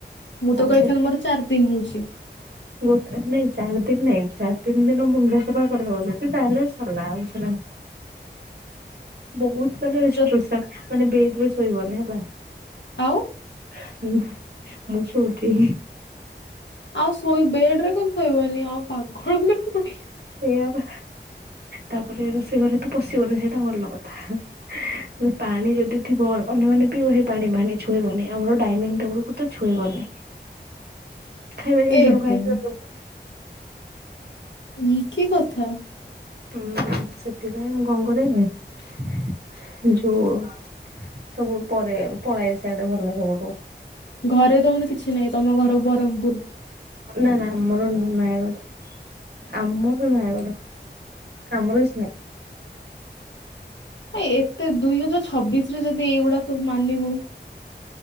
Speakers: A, on the left (about 80°); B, on the right (about 60°).
A: ମୁଁ
B: ହଁ
A: ତ କହିଥିଲି
B: ଗୋଟେ
A: ମୋର ଚାରି ଦିନ ହଉଛି।
B: ଗୋଟେ ନାଇଁ ଚାରି ଦିନ ନାଇଁ ଚାରି ତିନି ଦିନ ମୁଣ୍ଡ ସଫା କରିଦବ ଯଦି ତାହେଲେ ସରଲା ଆଉ ସେ ବହୁତ <unintelligible>
A: ଯଦି
B: ମାନେ ବେଡରେ ଶୋଇବନି ହେଲା।
A: ଆଉ
B: ହଁ ମୁଁ ଶୋଉଚି।
A: ଆଉ ଶୋଇ ବେଡରେ କଣ ଶୋଇବନି ଆଉ ପାଗଳ ନା କଣ?
B: ସେୟା ବା ତାପରେ ରୋଷେଇ ଘରେ ତ ପଶିବନି ସେଇଟା ଭଲ କଥା ପାଣି ଯଦି ଥିବ ଅନ୍ୟମାନେ ବି ପାଣି ପାଣି ଛୁଇଁବନି ଆମର ଡାଇନିଂ ଟେବୁଲକୁ ତ ଛୁଇଁବନି। ଖାଇବା ଜିନିଷ
A: ଏ
B: ରଖା
A: ହେ
B: ହେଇଥିବ ସବୁ ବା।
A: ଇଏ କି କଥା।
B: ହୁଁ ସେଥିପାଇଁ ମୁଁ କଣ କରେନି ଯୋଉ ସବୁ ପରେ ପଳାଏ ସିଆଡେ ଭଲ ସବୁଠୁ।
A: ଘରେ ତମର କିଛି ନାହିଁ ତମ ଘର ବରମ୍
B: ନା ନା ଆମର ନୁହଁ ନୟାଗଡ଼। ଆମର ନୟାଗଡ଼। କାମର କିଛି ନାହିଁ।
A: ଏ ଏତେ ଦୁଇ ହଜାର ଛବିଶ ରେ ଯଦି ଏଇଗୁଡା ସବୁ ମାନିବୁ